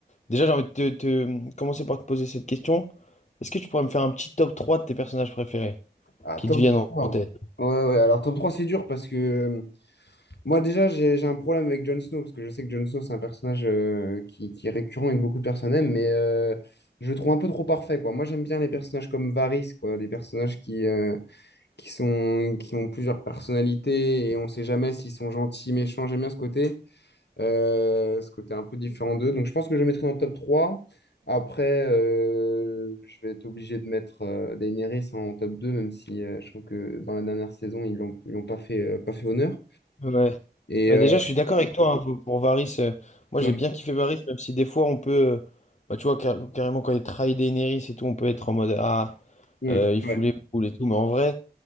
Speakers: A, on the left; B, on the left.
A: déjà j'ai envie de te, te- commencer par te poser cette question. Est-ce que tu pourrais me faire un petit top 3 de tes personnages préférés
B: Ah,
A: qui
B: top
A: te viennent en
B: trois
A: en tête?
B: Ouais, ouais, alors top trois c'est dur parce que euh, moi, déjà, j'ai j'ai un problème avec Jon Snow parce que je sais que Jon Snow, c'est un personnage euh, qui, qui est récurrent et que beaucoup de personnes aiment, mais euh, je le trouve un peu trop parfait, quoi. Moi, j'aime bien les personnages comme Varys, quoi, des personnages qui, euh, qui sont, qui ont plusieurs personnalités et on sait jamais s'ils sont gentils, méchants. J'aime bien ce côté. Euh, ce côté un peu différent d'eux. Donc, je pense que je le mettrai dans le top trois Après, euh, je vais être obligé de mettre euh, Daenerys en top deux même si euh, je trouve que dans la dernière saison, ils l'ont, ils l'ont pas fait, euh, pas fait honneur.
A: Ouais.
B: Et
A: Bah
B: euh,
A: déjà, je suis d'accord avec toi hein, pour, pour Varys. euh, moi,
B: ouais,
A: j'ai bien kiffé Varys, même si des fois, on peut. euh, bah, tu vois, car- carrément, quand il trahit Daenerys et tout, on peut être en mode. Ah,
B: Mmh,
A: Euh, il fout
B: ouais,
A: les boules et tout, mais en vrai,